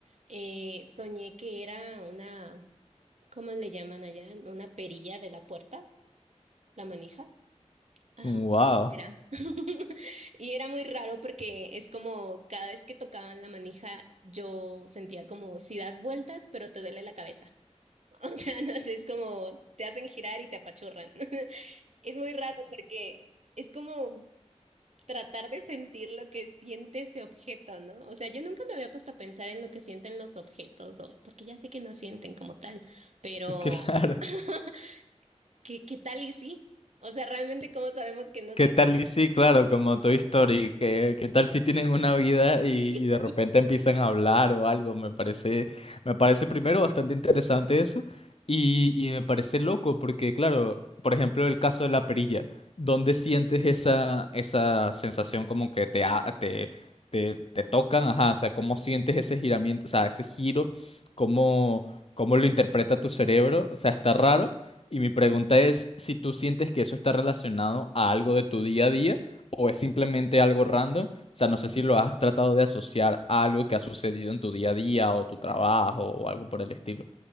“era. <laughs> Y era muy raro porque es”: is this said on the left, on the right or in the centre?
Right